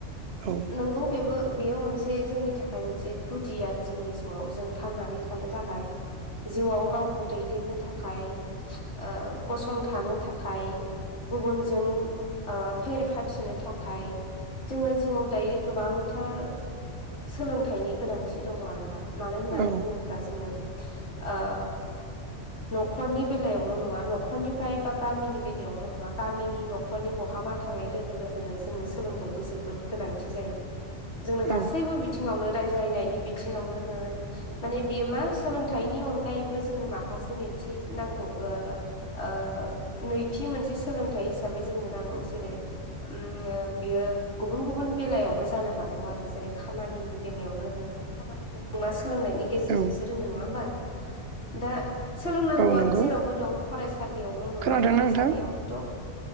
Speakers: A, on the right; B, on the left.
A: औ
B: नंगौ बेबो बेयो मोनसे जोंनि थाखाय मोनसे गुदि आरो जोंनि जिउआव जों थांनानै थानो थाखाय जिउआव गावखौ दैदेननो थाखाय ओ गसंथानो थाखाय गुबुनजों ओ फेर फाथिनो थाखाय जोंनो जिउआव दायो गोबांथार सोलोंथाइनि गोनांथि दङ आरोना। मानो होननानै
A: औ
B: बुङोब्ला जोङो ओ न'खरनि बेलायावल' नङा न'खरनिफ्राय बा गामिनि बेलायावल' नङा गामिनि न'खरनि <unintelligible> बहाबा थांनाय लोगो -लोगोनो जोंनो सोलोंथाइखौ जोबोद गोनांथि जायो। जोंनो
A: औ
B: गासैबो बिथिङावनो रायज्लायनायनि बिथिङावनो होन माने बियो मा सोलोंथाइनि अनगायैबो जोंनो माखासे नै नांगौ ओ ओ नैथि मोनसे सोलोंथाइ हिसाबै जोंनो नांगौ जेरै उम बियो गुबन -गुबुन बेलायावबो जानो हागौ आरो जेरै खामानिनि बेलायावनो होन खामानिखौ <unintelligible> सोलोंनायनि गेजेरजोंसो
A: औ
B: रोङो नङा होमबा? दा सोलोंनांगौआ
A: औ नंगौ
B: जेरावबो दं फरायसालियावल' नङा
A: खोनादोंना
B: फरायसालियावथ'
A: नोंथां